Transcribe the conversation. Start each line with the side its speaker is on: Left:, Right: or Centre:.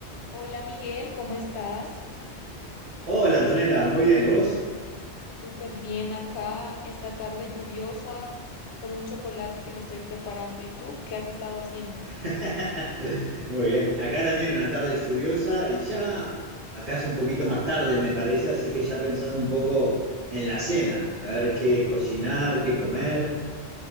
Left: Hola Miguel, ¿cómo estás?
Right: Hola Antonella, muy bien, ¿y vos?
Left: Súper bien acá, esta tarde lluviosa, con un chocolate que me estoy preparando. ¿Y tú qué has estado haciendo?
Right: <laughs> Muy bien, acá también una tarde lluviosa y ya acá es un poquito más tarde me parece, así que ya pensando un poco en la cena, a ver qué cocinar, qué comer.